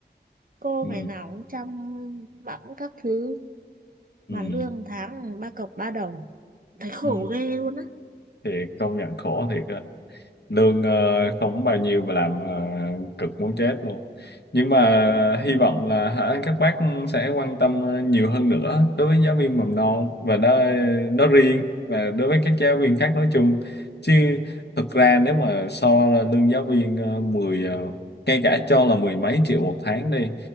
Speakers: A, on the right (about 50°); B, on the left (about 70°).
A: cô
B: ừ,
A: ngày nào cũng chăm bẵm các thứ
B: ừ,
A: mà lương tháng ba cọc ba đồng thấy khổ
B: ừ.
A: ghê luôn á
B: thì công nhận khổ thiệt á. lương ờ, không bao nhiêu mà làm ờ, cực muốn chết luôn nhưng mà hy vọng là hả các bác sẽ quan tâm ờ, nhiều hơn nữa đối với giáo viên mầm non và đó nó riêng và đối với các giáo viên khác nói chung chứ thực ra nếu mà so là lương giáo viên ờ, 10 ờ, ngay cả cho là mười mấy triệu một tháng đi